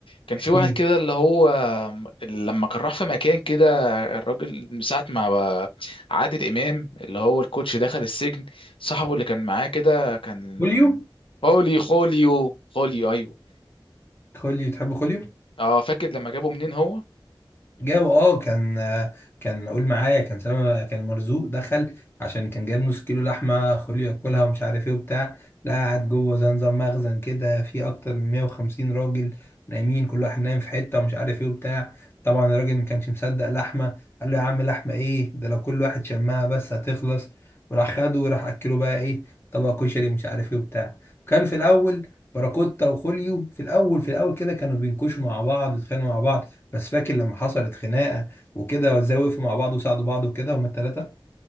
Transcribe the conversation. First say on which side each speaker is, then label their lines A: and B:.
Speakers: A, on the left (about 80°); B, on the left (about 25°).
A: كان في
B: كيلي
A: واحد كده اللي هو لما كان راح في مكان كده الراجل من ساعة ما بقى عادل إمام اللي هو الكوتش دخل السجن صاحبه اللي كان معاه كده كان
B: خوليو
A: خولي خوليو خوليو أيوه
B: خوليو تحب خوليو
A: اه فاكر لما جابه منين هو
B: جابوا اه كان كان قول معايا كان سما كان مرزوق دخل عشان كان جايب نص كيلو لحمه خليه ياكلها ومش عارف ايه وبتاع لا قاعد جوه زي نظام مخزن كده في اكتر من 150 راجل نايمين كل واحد نايم في حته ومش عارف ايه وبتاع طبعا الراجل ما كانش مصدق لحمه قال له يا عم لحمه ايه ده لو كل واحد شمها بس هتخلص وراح خده وراح اكله بقى ايه طبق كشري مش عارف ايه وبتاع كان في الاول باراكوتا وخوليو في الاول في الاول كده كانوا بينكشوا مع بعض ويتخانقوا مع بعض بس فاكر لما حصلت خناقه وكده وزوقوا مع بعض وساعدوا بعض وكده هما الثلاثه